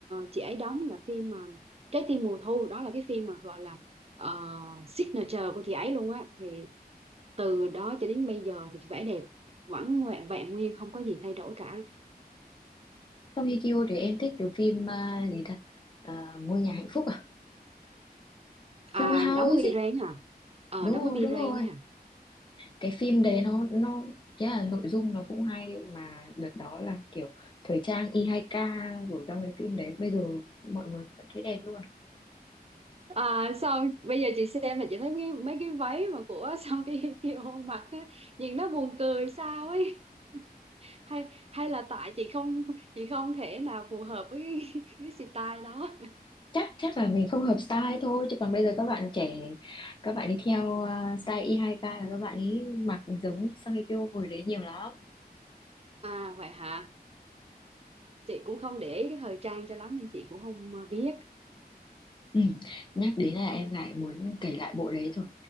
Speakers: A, on the right; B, on the left.
A: chị ấy đóng là phim mà Trái tim mùa thu đó là cái phim mà gọi là ờ, signature của chị ấy luôn á thì từ đó cho đến bây giờ thì vẻ đẹp vẫn ngoẹ vẹn nguyên không có gì thay đổi cả
B: Song Hye Kyo thì em thích từ phim à, gì ta À, ngôi nhà hạnh phúc à
A: à
B: Full House
A: đóng với Bi
B: ấy
A: Ren à ờ
B: đúng
A: đóng
B: rồi
A: với Bi
B: đúng
A: Ren
B: rồi
A: nha
B: cái phim đấy nó nó cái là nội dung nó cũng hay mà đợt đó là kiểu thời trang Y2K rồi trong cái phim đấy bây giờ mọi người vẫn thấy đẹp luôn
A: À, xong bây giờ chị xem là chị thấy cái, mấy cái váy mà của <laughs> xong cái kia hôn mặt á, nhìn nó buồn cười sao ấy hay hay là tại chị không chị không thể nào phù hợp với <laughs> cái, cái style đó
B: chắc chắc là mình không hợp style thôi chứ còn bây giờ các bạn trẻ các bạn đi theo à, style Y2K là các bạn ấy mặc giống Song Hye Kyo hồi đấy nhiều lắm
A: à vậy hả chị cũng không để ý cái thời trang cho lắm nên chị cũng không ờ, biết
B: ừ. nhắc đến là em lại muốn cày lại bộ đấy rồi